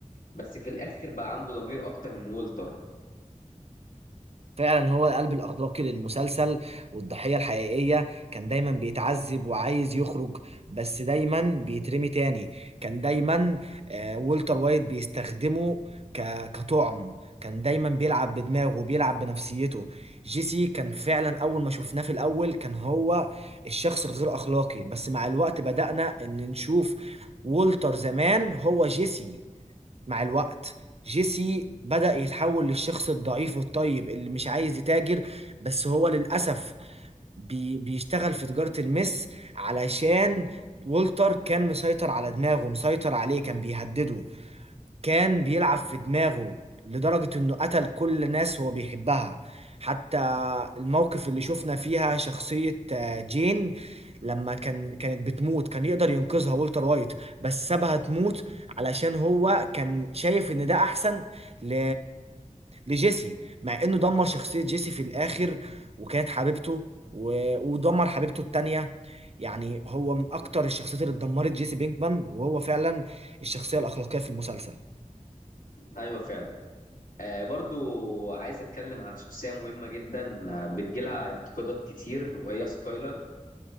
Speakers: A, on the left; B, on the right.
A: بس في الاخر بقى عنده ضمير اكتر من والتر
B: فعلا هو القلب الأخلاقي للمسلسل والضحية الحقيقية كان دايما بيتعذب وعايز يخرج بس دايما بيترمي تاني كان دايما آه، والتر وايت بيستخدمه ك- كطعم كان دايما بيلعب بدماغه وبيلعب بنفسيته جيسي كان فعلا أول ما شفناه في الأول كان هو الشخص الغير أخلاقي بس مع الوقت بدأنا إن نشوف والتر زمان هو جيسي مع الوقت جيسي بدأ يتحول للشخص الضعيف الطيب اللي مش عايز يتاجر بس هو للأسف بي بيشتغل في تجارة المس علشان والتر كان مسيطر على دماغه مسيطر عليه كان بيهدده كان بيلعب في دماغه لدرجة انه قتل كل الناس هو بيحبها حتى الموقف اللي شفنا فيها شخصية آه، جين لما كان كانت بتموت كان يقدر ينقذها والتر وايت بس سابها تموت علشان هو كان شايف ان ده احسن ل... لجيسي مع انه دمر شخصية جيسي في الاخر وكانت حبيبته و... ودمر حبيبته التانية يعني هو من اكتر الشخصيات اللي اتدمرت جيسي بينكمان وهو فعلا الشخصية الأخلاقية في المسلسل
A: ايوه فعلا آه برضو عايز اتكلم عن شخصية مهمة جدا آه، بتجيلها انتقادات كتير وهي سكايلر